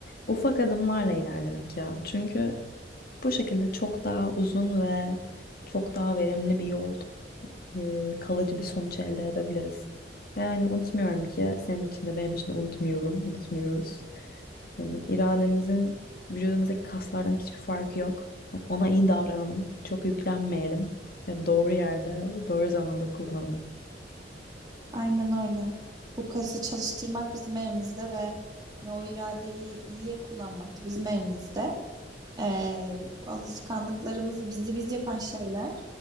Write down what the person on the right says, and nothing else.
Aynen öyle. Bu kası çalıştırmak bizim elimizde ve ne o iradeyi iyiye kullanmak da bizim elimizde. Ee, alışkanlıklarımız bizi biz yapan şeyler